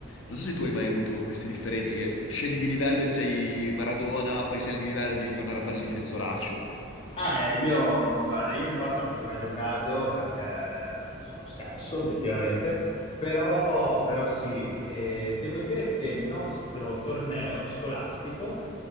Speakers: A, on the left; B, on the left.
A: Non so se tu hai mai avuto queste differenze che scendi di livello e sei Maradona, poi sali di livello e devi tornare a fare il difensoraccio.
B: Ah, eh, io, guarda, io in porta non ci ho mai giocato perché sono scarso, obiettivamente, però, però sì, eh, devo dire che il nostro torneo scolastico,